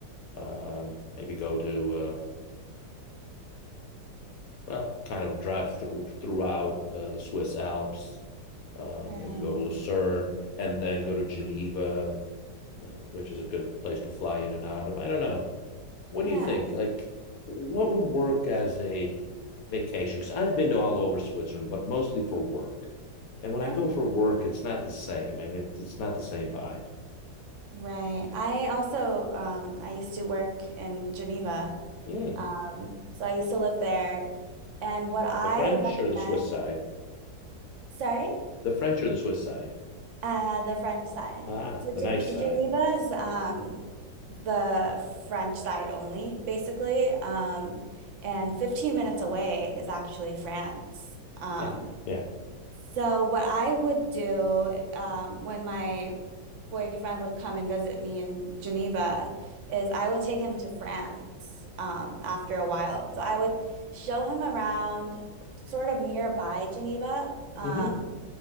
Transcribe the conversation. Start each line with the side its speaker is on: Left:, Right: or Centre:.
Left: Um, maybe go to uh, well, kind of drive through throughout uh, the Swiss Alps, uh,
Right: right.
Left: maybe go to Lucerne and then go to Geneva, uh, which is a good place to fly in and out of. I don't know. What
Right: Yeah.
Left: do you think? Like, what would work as a vacation? Because I've been to all over Switzerland, but mostly for work. And when
Right: Okay.
Left: I go for work, it's not the same. I mean, it's not the same vibe.
Right: Right. I also, um, I used to work in Geneva.
Left: Hmm.
Right: Um, so I used to live there. And what I
Left: The French
Right: recommend,
Left: or the Swiss side?
Right: sorry?
Left: The French or the Swiss side?
Right: Uh, the French side.
Left: Ah,
Right: So
Left: the
Right: Gen
Left: nice side.
Right: Geneva is um the French side only, basically. Um, and 15 minutes away is actually France. Um,
Left: Yeah, yeah.
Right: so what I would do um, when my boyfriend would come and visit me in Geneva is I would take him to France um, after a while. So I would show him around sort of nearby Geneva. Um,
Left: hmm